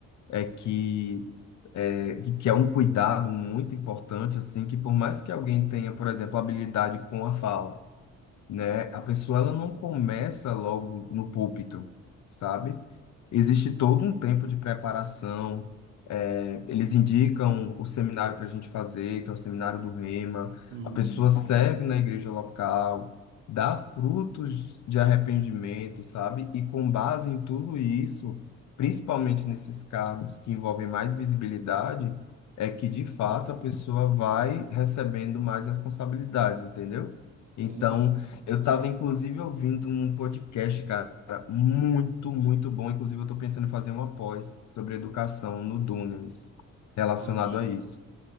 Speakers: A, on the left; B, on the right.
A: é que é, de que é um cuidado muito importante, assim, que por mais que alguém tenha, por exemplo, habilidade com a fala, né? A pessoa ela não começa logo no púlpito, sabe? Existe todo um tempo de preparação. é, eles indicam o seminário para a gente fazer, que é o seminário do Rema.
B: Hum,
A: A pessoa serve na igreja local, dá frutos de arrependimento, sabe? E com base em tudo isso, principalmente nesses cargos que envolvem mais visibilidade, é que de fato a pessoa vai recebendo mais responsabilidade, entendeu?
B: sim,
A: Então,
B: sim.
A: eu tava, inclusive, ouvindo um podcast, cara, muito, muito bom. Inclusive, eu tô pensando em fazer uma pós sobre educação no Dunamis, relacionado
B: Ah, show.
A: a isso